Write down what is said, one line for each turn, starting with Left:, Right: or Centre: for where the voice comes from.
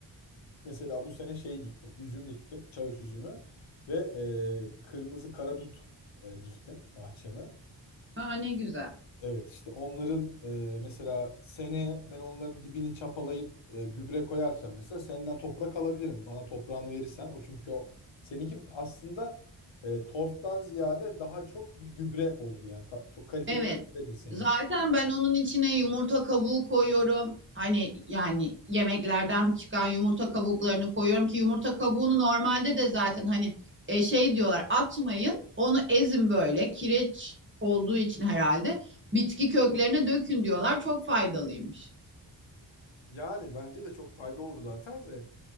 Left: mesela bu sene şey diktim. Üzüm diktim. Çavuş üzümü ve e, kırmızı karadut e, diktim bahçeme.
Right: Aa ne güzel.
Left: Evet işte onların e, mesela seneye ben onların dibini çapalayıp e, gübre koyarken mesela senden toprak alabilirim. Bana toprağını verirsen o çünkü o seninki aslında e, torftan ziyade daha çok bir gübre olur yani ta- çok kaliteli
Right: Evet.
Left: bir gübredir seninki.
Right: Zaten ben onun içine yumurta kabuğu koyuyorum. Hani yani yemeklerden çıkan yumurta kabuklarını koyuyorum ki yumurta kabuğunu normalde de zaten hani e, şey diyorlar atmayın onu ezin böyle kireç olduğu için herhalde bitki köklerine dökün diyorlar çok faydalıymış.
Left: Yani bence de çok fayda olur zaten de